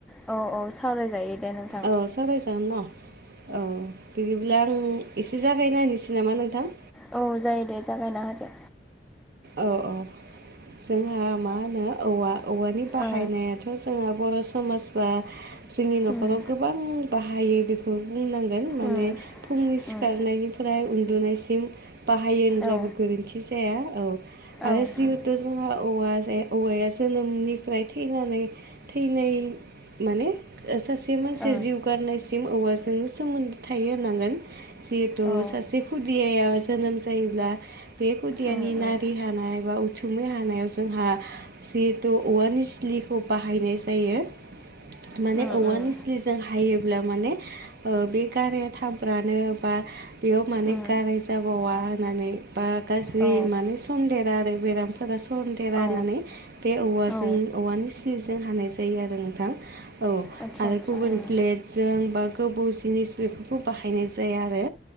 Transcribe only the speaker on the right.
औ सावराय जागोन न? औ बिदिब्ला आं एसे जागायनायसै नामा नोंथां?
औ औ जोंहा मा होनो औ औवानि बाहायनायाथ'
जोंहा बर' समाजबा जोंनि न'खराव
गोबां बाहायो बेखौ बे बुंनांगोन माने
फुंनि सिखारनायनिफ्राय
उन्दुनायसिम बाहायो होनब्लाबो
गोरोन्थि जाया औ आरो
जिउ जिहेतु जोंहा औवा जे औवाया जोनोमनिफ्राय थैनानै थैनाय माने सासे मानसिया
जिउ गारनायसिम औवाजोंनो सोमोन्दो थायो होनांगोन। जिहेथु
सासे खुदियाया जोनोम जायोब्ला बे खुदियानि
ना रि हानाय बा उथुमै हानायाव जोंहा जिहेथु औवानि निसलिखौ बाहायनाय जायो माने
औवा
निस्लिजों हायोब्ला माने ओ बे गाराया थाब्रानो बा बेयाव माने
गाराय जाबावा होननानै बा गाज्रि
माने सन्देरा आरो बेरामफोरा सन्देरा
होननानै बे औवाजों
औवा निस्लिजों हानाय जायो आरो नोंथां औ
आरो
गुबुन
प्लेट जों बा गोबौ जिनिस बेफोरखौ बाहायनाय जाया आरो